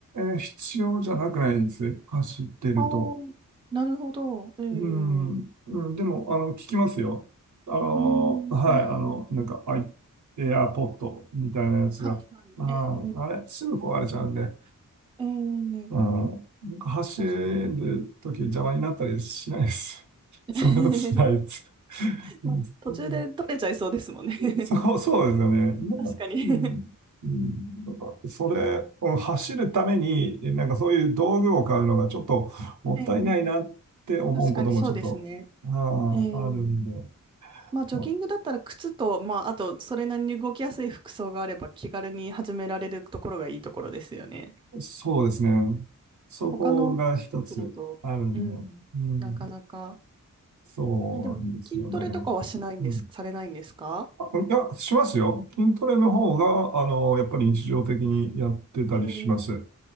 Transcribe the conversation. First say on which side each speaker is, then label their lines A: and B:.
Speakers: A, on the right; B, on the right.
A: ー必要じゃなくないです。走ってると。
B: ああー、なるほど。ええう
A: うん、うんでも、あの、聞きますよ。あの、
B: ーん、
A: はい、
B: ええ
A: あの、なんか、アイ、エアポッドみたいなやつが、
B: はいはい、
A: あ、
B: ええ
A: あれ、すぐ壊れちゃうんで、
B: ええ
A: うん、なんか走るとき邪魔になったりしないです。
B: 確かに。
A: <laughs>
B: <laughs>
A: そんなことしないです。うん、
B: まあ、途中で取れちゃいそうですもんね
A: うん
B: <laughs>
A: そう、そうですよね。<laughs> なんか、
B: 確かに
A: うん、うんなんか、それを走るために、なんかそういう道具を買うのがちょっともったいないなって思うこともちょっと、
B: <laughs> ええ確かにそうですね。
A: あ
B: ええ
A: あ、あるんで、
B: まあ、ジョギングだったら靴と、
A: あ
B: まあ、あと、それなりに動きやすい服装があれば気軽に始められるところがいいところですよね。
A: そうですね。そこが一つあるんで、
B: 他のスポーツだと、うん、
A: うん、
B: なかなか。
A: そうなんですよね。
B: え、でも、筋トレとかはしないんです、
A: うん。
B: されないんですか
A: あ、いや、しますよ。筋トレの方が、
B: お
A: あの、やっぱり日常的にやってたりします。
B: えー